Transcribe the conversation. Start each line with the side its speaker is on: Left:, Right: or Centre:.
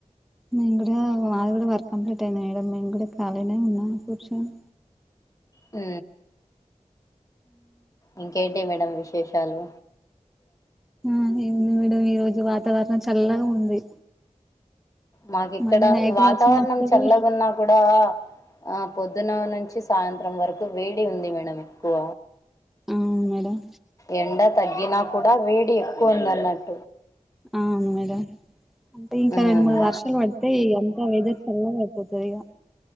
Centre: మేము కూడా మాది కూడా వర్క్ కంప్లీట్ అయింది మేడం మేము కూడా ఖాళీనే ఉన్నా కూర్చొని
Left: ఉ ఇంకేంటి మేడం విశేషాలు
Centre: ఆ ఏముంది మేడం ఈ రోజు వాతావరణం చల్లగా ఉంది
Left: మాకి ఇక్కడ
Centre: మళ్ళీ నైట్
Left: వాతావరణం
Centre: వర్షం వస్తది
Left: చల్లగా ఉన్నా ఇక్కడ ఆ పొద్దున నుంచి సాయంత్రం వరకు వేడి ఉంది మేడం ఎక్కువ
Centre: అవును మేడం
Left: ఎండ తగ్గినా కూడా వేడి ఎక్కువ ఉంది అన్నట్టు
Centre: ఆవును మేడం అంటే ఇంకా
Left: మ్మ్
Centre: రెండు మూడు వర్షాలు పడితే ఇగ అంత వెదర్ చల్లగా అయిపోతంది ఇగా